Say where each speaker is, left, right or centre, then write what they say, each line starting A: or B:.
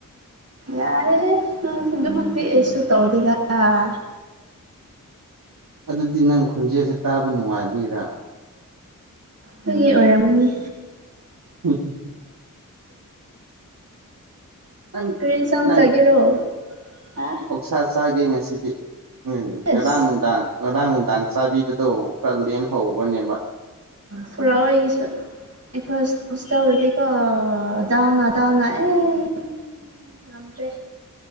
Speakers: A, on the right; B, on the right.
A: ꯌꯥꯔꯦ꯫ ꯅꯪ ꯑꯗꯨꯃꯛꯇꯤ ꯑꯩꯁꯨ ꯇꯧꯗꯦꯑꯥ꯫
B: ꯑꯗꯨꯗꯤ ꯅꯪ ꯈꯣꯟꯖꯦꯜꯁꯦ ꯇꯥꯕ ꯅꯨꯡꯉꯥꯏꯕꯒꯤꯔꯥ
A: ꯅꯒꯤ ꯑꯣꯏꯔꯝꯃꯅꯤ꯫
B: ꯍꯝ ꯍ ꯅꯪ
A: ꯀꯔꯤ ꯏꯟꯁꯥꯡ
B: ꯅꯪ
A: ꯆꯥꯒꯦꯔꯣ ꯍꯥ
B: ꯄꯧꯁꯥ ꯆꯥꯒꯦ ꯉꯁꯤꯗꯤ꯫ ꯎꯝ ꯉꯔꯥꯡ
A: ꯑꯁ
B: ꯅꯨꯡꯗꯥꯡ ꯉꯔꯥꯡ ꯅꯨꯡꯗꯥꯡ ꯆꯥꯕꯤꯕꯗꯣ ꯈꯔ ꯂꯦꯝꯍꯧꯕꯅꯦꯕ꯫
A: ꯄꯨꯔꯥ ꯑꯩꯒꯤꯁꯨ꯫ ꯑꯩꯀꯣꯏ ꯍꯁꯇꯗꯤꯀꯣ ꯗꯅꯥ ꯗꯅꯥ ꯑꯦ꯫ ꯉꯗ꯭ꯔꯦ꯫